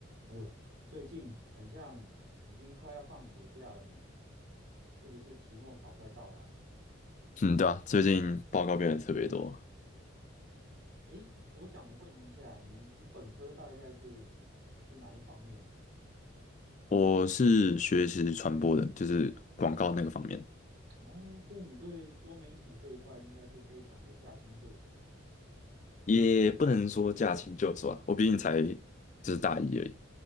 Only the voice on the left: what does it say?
嗯，对啊，最近报告变得特别多。
我是学习传播的，就是广告那个方面，
也不能说驾轻就熟啊。我毕竟才就是大一而已，